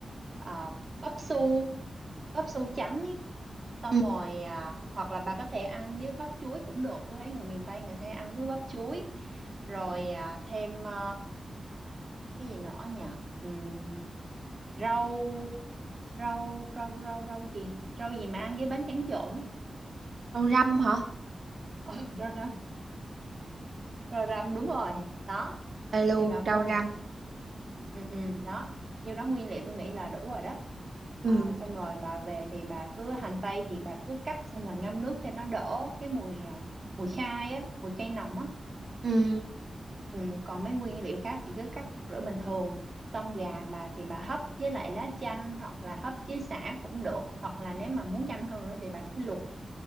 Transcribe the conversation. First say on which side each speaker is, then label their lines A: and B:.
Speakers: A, on the right (about 40°); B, on the right (about 65°).
A: à, bắp su, bắp su trắng ý. Xong
B: ừ
A: rồi à, hoặc là bà có thể ăn với bắp chuối cũng được. Tôi thấy người miền Tây người ta ăn với bắp chuối. Rồi à, thêm à, cái gì nữa nhỉ? Ừm, rau rau rau rau rau gì? Rau gì mà ăn với bánh tráng trộn ấy.
B: rau răm hả
A: Ờ, rau răm. rồi rằm đúng rồi đó
B: đây luôn
A: thì bà mua
B: rau
A: một
B: răm
A: ừ ừ đó nhiêu đó nguyên liệu tôi nghĩ là đủ rồi đó à,
B: ừ
A: xong rồi bà về thì bà cứ hành tây thì bà cứ cắt xong rồi ngâm nước cho nó đỡ cái mùi à, mùi khai á mùi cây nồng á
B: ừ
A: ừ, còn mấy nguyên liệu khác thì cứ cắt rửa bình thường xong gà bà thì bà hấp với lại lá chanh hoặc là hấp với sả cũng được hoặc là nếu mà muốn nhanh hơn nữa thì bà cứ luộc